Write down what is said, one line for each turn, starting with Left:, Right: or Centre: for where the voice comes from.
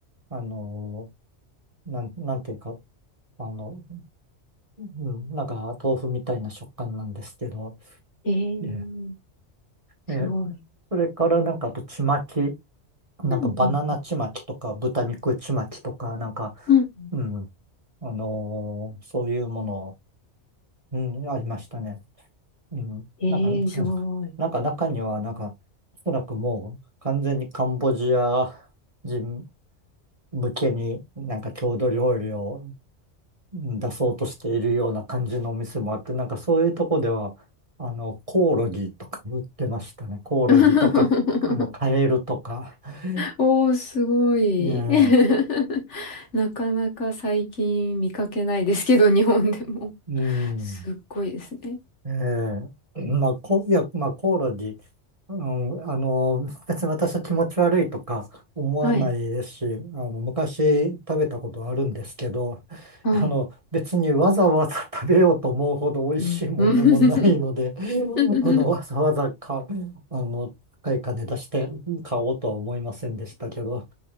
Right: あの、なん、なんていうか、あの、うん、なんか豆腐みたいな食感なんですけど、
Left: えー、
Right: え
Left: すごい。
Right: え、えそれからなんかあとちまき、なんかバナナちまきとか豚肉ちまきとか、
Left: うん、うん、
Right: なんか、
Left: うん。うん
Right: うん、あのーそういうもの、うん、ありましたね。うん、
Left: えー、
Right: なんか、
Left: すごい。
Right: なんか中にはなんか、おそらくもう完全にカンボジア人向けになんか郷土料理をうん出そうとしているような感じのお店もあって、なんかそういうとこでは、あの、コオロギとか売ってましたね。コオロギとか、
Left: <laughs>
Right: あの、カエルとか。<laughs>
Left: おー、すごい。
Right: ええ、
Left: <laughs> なかなか最近見かけないですけど、日本でも。
Right: うん。
Left: すっごいですね。
Right: ええ、まあ、こ、いや、まあ、コオロギ、うん、あの、別に私は気持ち悪いとか思わないですし、
Left: はい、
Right: あの、昔食べたことあるんですけど、
Left: はい。
Right: あの、別にわざわざ食べようと思うほど美味しいもんでもないので、
Left: うん、うん
Right: あの、わざわざか、
Left: <laughs>
Right: あの、高い金出して買おうとは思いませんでしたけど、